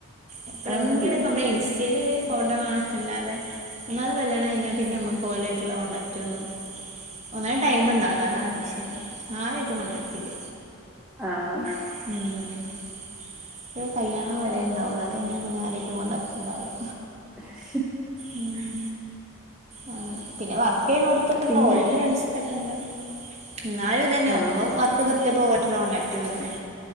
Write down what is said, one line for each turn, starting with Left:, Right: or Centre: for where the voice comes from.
Right: എപ്പെളെങ്കിലൊക്കെ
Centre: ആണല്ലേ
Right: ഇൻസ്റ്റേല് ഫോട്ടോ കാണുന്നല്ലാതെ ഒന്നാത് കല്യാണം കഴിഞ്ഞാ പിന്നെ നമ്മക്ക് ഓലായിറ്റുള്ള കോൺടാക്ട് ഒന്നും ഒന്നാമത് ടൈം ഇണ്ടാവില്ലാ അതാണ് വിശയം ആരുമായിറ്റും കോണ്ടാക്ട് ഇല്ല
Centre: ആണോ?
Right: ഉം ക്കെ കല്യാണം വരെ ഇണ്ടാവുള്ളൂ അത് കഴിഞ്ഞാ പിന്നെ ആരുവായിട്ടും കോൺടാക്ട് ഇണ്ടാവില്ല
Centre: ആഹ്
Right: ഉം അങ്ങനെ പിന്നെ വർക്ക് ചെയ്യ്ന്നോടത്ത് ഇള്ള
Centre: പിന്നെ
Right: ഓലായിറ്റ് ഫ്രണ്ട്‌സ് ക്കണ്ട് ഇന്നാലും ഇതന്നെ
Centre: ആഹ് ആഹ്
Right: ഇപ്പം വർക്ക് നിർത്തിയപ്പോ ഓരായിറ്റ്ള്ള കോണ്ടാക്ടും നിന്ന്